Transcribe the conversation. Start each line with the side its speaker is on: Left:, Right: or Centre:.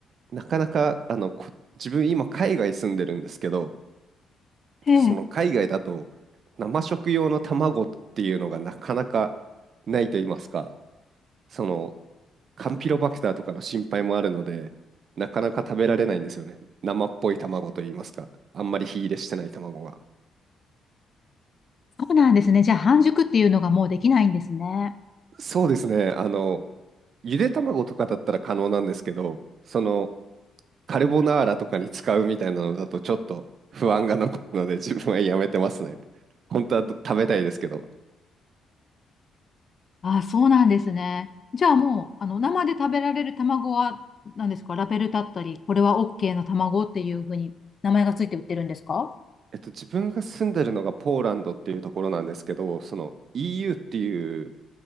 Right: なかなか、あの、こ自分今海外住んでるんですけど、
Left: え、
Right: その海外だと生食用の卵っていうのがなかなかないと言いますか、そのカンピロバクターとかの心配もあるので、なかなか食べられないんですよね。生っぽい卵と言いますか、あんまり火入れしてない卵が。
Left: そうなんですね。じゃあ半熟っていうのがもうできないんですね。
Right: そうですね。あの、ゆで卵とかだったら可能なんですけど、そのカルボナーラとかに使うみたいなのだとちょっと不安が残るので自分はやめてますね。本当はど食べたいですけど。
Left: ああ、そうなんですね。じゃあもう、あの、生で食べられる卵は何ですかラベルだったり、これは OK の卵っていうふうに名前がついて売ってるんですか
Right: えっと、自分が住んでるのがポーランドっていうところなんですけど、その EU っていう